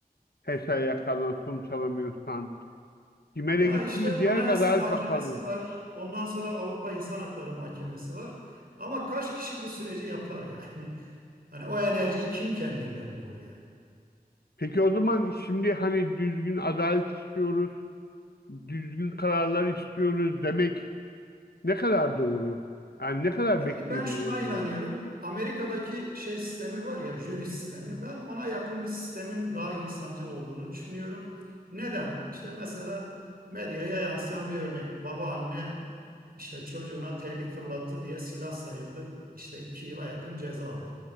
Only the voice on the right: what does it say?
Ya
işte
Anayasa
Mahkemesi
var. Ondan sonra Avrupa İnsan Hakları Mahkemesi var. Ama kaç kişi bu süreci yapar yani? <laughs> Hani o enerjiyi kim kendinde bulur yani?
Yani
ben şuna
inanıyorum. Amerika'daki şey sistemi var ya, jüri sistemi. Ben ona yakın bir sistemin daha insancıl olduğunu düşünüyorum. Neden? İşte mesela medyaya yansıyan bir örnek. Babaanne işte çocuğuna terlik fırlattı diye silah sayıldı. İşte iki yıla yakın ceza aldı.